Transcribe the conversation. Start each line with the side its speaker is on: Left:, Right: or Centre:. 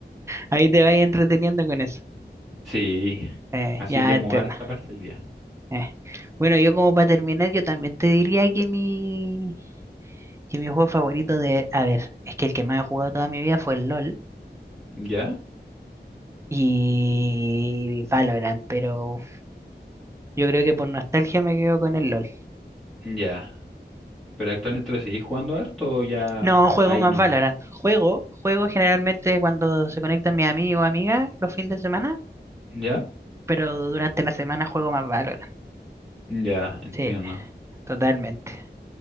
Right: ahí te vas entreteniendo con eso.
Centre: Sí,
Right: Eh,
Centre: así
Right: ya
Centre: que
Right: entiendo.
Centre: mover esta parte del día.
Right: eh. Bueno, yo como para terminar, yo también te diría que mi, que mi juego favorito de... A ver, es que el que más he jugado toda mi vida fue el LOL
Centre: ¿Ya?
Right: y Valorant, pero yo creo que por nostalgia me quedo con el LOL.
Centre: Ya. ¿Pero actualmente lo seguís jugando harto o ya
Right: No, juego
Centre: ahí
Right: más
Centre: nomás?
Right: Valorant. Juego, juego generalmente cuando se conectan mis amigos o amigas los fines de semana,
Centre: ¿Ya?
Right: pero durante la semana juego más Valorant.
Centre: Ya, entiendo.
Right: Sí, totalmente.